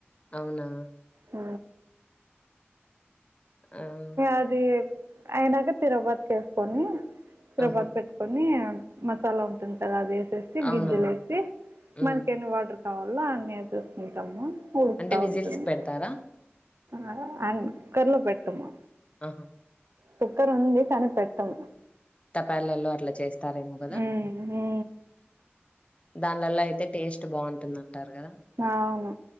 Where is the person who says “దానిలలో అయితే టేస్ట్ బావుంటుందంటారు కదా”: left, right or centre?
Left